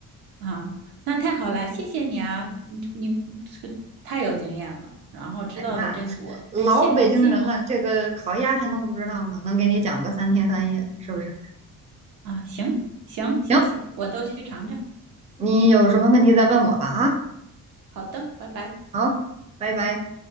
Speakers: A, on the right; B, on the right.
A: 啊，那太好了，谢谢你啊，你你这个太有经验了，然后知道的真多，
B: 哎，那老北京人了，
A: 感谢感谢
B: 这个烤鸭还能不知道吗？能给你讲个三天三夜的，是不是？
A: 啊，行行，谢谢，
B: 行，
A: 我都去尝尝。
B: 你有什么问题再问我吧啊。
A: 好的，拜拜。
B: 好，拜拜。